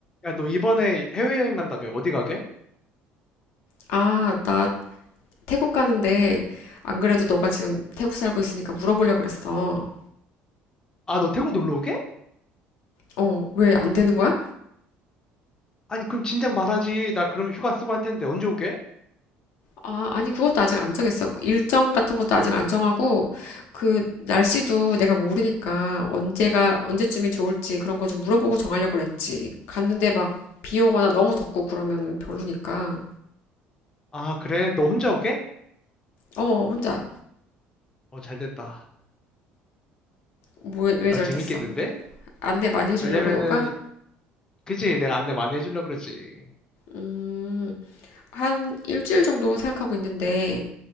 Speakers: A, on the left; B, on the left.
A: 야, 너 이번에 해외여행 간다며? 어디 가게?
B: 아, 나 태국 가는데 안 그래도 너가 지금 태국 살고 있으니까 물어보려고 그랬어.
A: 아, 너 태국 놀러 오게?
B: 어, 왜 안 되는 거야?
A: 아니, 그럼 진작 말하지. 나 그럼 휴가 쓰고 할 텐데 언제 오게?
B: 아, 아니 그것도 아직 안 정했어. 일정 같은 것도 아직 안 정하고 그 날씨도 내가 모르니까 언제가 언제쯤이 좋을지 그런 거 좀 물어보고 정하려고 그랬지. 갔는데 막 비 오거나 너무 덥고 그러면은 별로니까.
A: 아, 그래? 너 혼자 오게?
B: 어, 혼자
A: 어, 잘 됐다.
B: 뭐 왜
A: 야,
B: 잘됐어
A: 재밌겠는데?
B: 안내 많이 해주려고
A: 왜냐면은,
B: 너가?
A: 그지? 내가 안내 많이 해주려고 그러지.
B: 음, 한 일주일 정도 생각하고 있는데